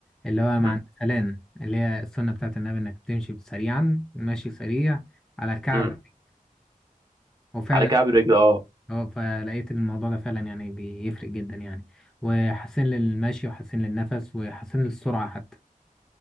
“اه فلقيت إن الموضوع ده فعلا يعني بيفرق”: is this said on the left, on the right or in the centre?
Centre